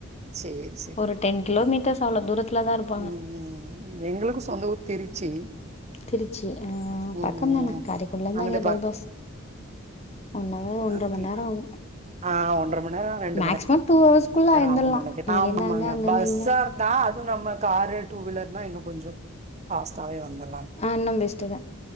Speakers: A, on the right; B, on the left.
A: சேரி
B: ஒரு டென் கிலோமீட்டர்ஸ் அவ்ளோ தூரத்துல தா இருப்
A: உம் உம் எங்களுக்கு சொந்த ஊர் திருச்சி
B: திருச்சி அஹ்
A: ம்
B: பக்கந்தான
A: ம்
B: காரைகுடிளேர்ந்து
A: அங்கிட்டு
B: அங்க பைபஸ் ஒன் ஹவர் ஒன்ற
A: அக்கி
B: மண் நேரோ ஆகு
A: ஆஹ் ஒன்றமண்நேர ரெண்டுமண்
B: மேக்சிமம்
A: நேர
B: டூ ஹவர்ஸ்குள்ள
A: கொஞ்ச நேர
B: எழுந்துர்லா
A: அகுன்னு நினைக்கிறே
B: இங்கேருந்து
A: ஆமாங்க
B: அங்க அங்கேருந்து
A: பஸ்சா
B: இங்க
A: இருந்தா நம்ம காரு டூவீலர்னா இன்னோ கொஞ்ச பாஸ்ட்டாவே வந்தர்லா
B: ஆஹ் இன்னோபெஸ்டுதா